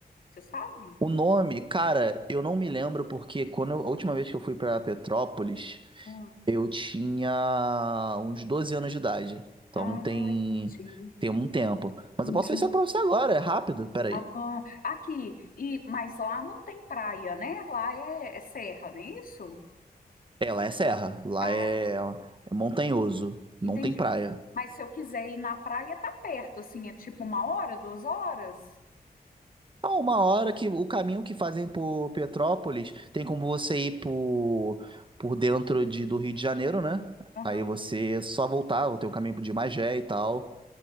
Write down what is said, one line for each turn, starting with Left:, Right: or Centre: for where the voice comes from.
Left: Você sabe?
Right: O nome, cara, eu não me lembro porque quando eu- a última vez que eu fui para Petrópolis.
Left: Hum.
Right: Eu tinha uns 12 anos de idade. Então
Left: Ah,
Right: tem,
Left: entendi.
Right: tem um tempo. Mas
Left: Entendi.
Right: eu posso ver isso pra você agora, é rápido. Pera
Left: Ah,
Right: aí.
Left: aqui. E, mas lá não tem praia, né? Lá é, é serra, não é isso?
Right: É, lá é serra. Lá
Left: Ah,
Right: é, é montanhoso. Não
Left: entendi.
Right: tem praia.
Left: Mas se eu quiser ir na praia, tá perto, assim, é tipo uma hora, duas horas?
Right: Há uma hora que o caminho que fazem por Petrópolis tem como você ir por, por dentro de, do Rio de Janeiro, né?
Left: Aham.
Right: Aí você só voltar, tem o caminho de Magé e tal.